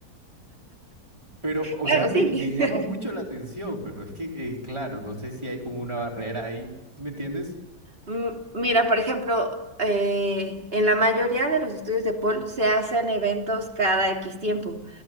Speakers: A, on the right; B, on the right.
A: Pero, o
B: Bueno,
A: sea, me,
B: sí.
A: me llama
B: <laughs>
A: mucho la atención, pero es que, eh, claro, no sé si hay como una barrera ahí, ¿sí me entiendes?
B: Mm, Mira, por ejemplo, eh, en la mayoría de los estudios de Paul se hacen eventos cada X tiempo.